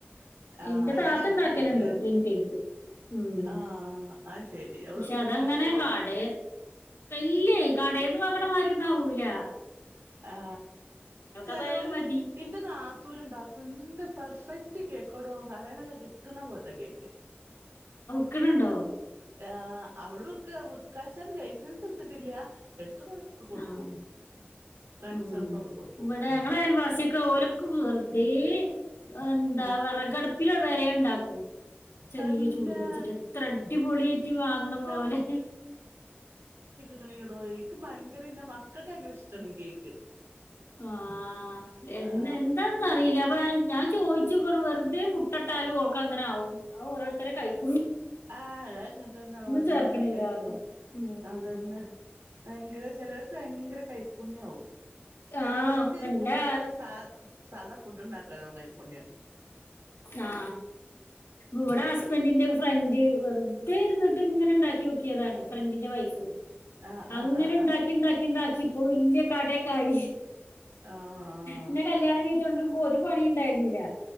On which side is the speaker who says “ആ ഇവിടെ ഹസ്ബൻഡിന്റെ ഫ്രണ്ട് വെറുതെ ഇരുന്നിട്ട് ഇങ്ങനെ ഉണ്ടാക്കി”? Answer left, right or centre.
Left